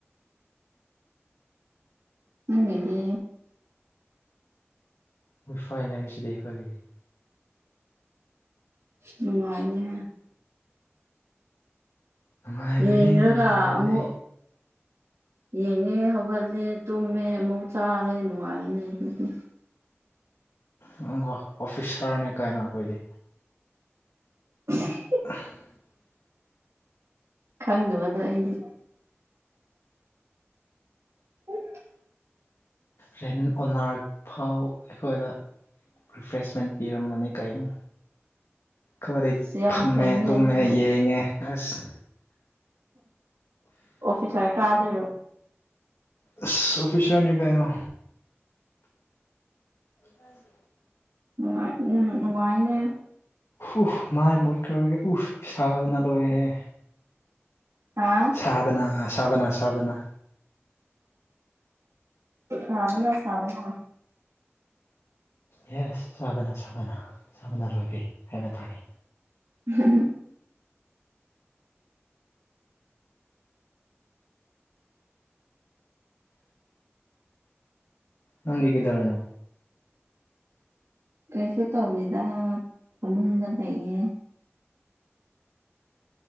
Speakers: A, on the right (about 80°); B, on the left (about 80°).
A: ꯅꯪꯒꯤꯗꯤ
B: ꯃꯣꯏ ꯐꯥꯏꯜ ꯂꯩ ꯍꯥꯏꯔꯤꯁꯤꯗꯤ ꯑꯩꯈꯣꯏꯒꯤꯗꯤ
A: ꯅꯨꯡꯉꯥꯏꯅꯤ
B: ꯅꯨꯡꯉꯥꯏꯕꯅꯤ
A: ꯌꯦꯡꯔꯒ
B: ꯅꯨꯡꯉꯥꯏꯕꯅꯤ
A: ꯑꯃꯨꯛ ꯌꯦꯡꯉꯦ ꯍꯧꯒꯠꯂꯦ ꯇꯨꯝꯃꯦ ꯑꯃꯨꯛ ꯆꯥꯔꯦ ꯅꯨꯡꯉꯥꯏꯅꯦ ꯑꯗꯨꯗꯤ
B: ꯅꯪ ꯑꯣꯐꯤꯁꯥꯔꯅꯤ ꯀꯥꯏꯅꯣ ꯑꯩꯈꯣꯏꯗꯤ
A: unintelligible
B: unintelligible
A: ꯈꯪꯗꯕꯗꯣ ꯑꯩꯗꯤ unintelligible
B: ꯔꯦꯟ ꯑꯣꯟꯅꯔꯛ ꯐꯥꯎ ꯑꯩꯈꯣꯏꯗ ꯔꯤꯐ꯭ꯔꯦꯁꯃꯦꯟ ꯄꯤꯔꯝꯕꯅꯤ ꯀꯩꯅꯣ ꯀꯔꯤ
A: ꯑꯁ ꯌꯥꯝ
B: ꯐꯝꯃꯦ
A: ꯐꯩꯅꯦ
B: ꯇꯨꯝꯃꯦ
A: ꯑꯗꯨꯗꯤ
B: ꯌꯦꯡꯉꯦ ꯑꯁ
A: ꯑꯣꯐꯤꯁꯥꯔ ꯀꯥꯗꯣꯏꯔꯣ
B: ꯑꯁ ꯑꯣꯐꯤꯁꯔꯅꯤ ꯀꯩꯅꯣ ꯍꯥꯏꯗꯤ
A: ꯅꯨꯡꯉꯥꯏ ꯅꯨꯡꯉꯥꯏꯅ
B: ꯎꯐ ꯃꯥꯏ ꯃꯨꯠꯈ꯭ꯔꯒ ꯎꯐ ꯁꯥꯕꯅ ꯂꯣꯏꯔꯦꯦ
A: ꯍꯥꯥ
B: ꯁꯥꯕꯅ ꯁꯥꯕꯅ ꯁꯥꯕꯅ
A: ꯁꯥꯕꯅ ꯁꯥꯕꯅ
B: ꯌꯦꯁ ꯆꯥꯕꯅ ꯁꯥꯥꯕꯅ ꯆꯥꯕꯅ ꯂꯣꯏꯔꯦ ꯍꯥꯏꯕ ꯇꯥꯔꯦ
A: ꯍꯝ
B: ꯅꯪꯗꯤ ꯀꯩꯗꯧꯔꯤꯅꯣ
A: ꯀꯩꯁꯨ ꯇꯧꯅꯤꯗ ꯐꯃꯨꯡꯗ ꯂꯩꯌꯦ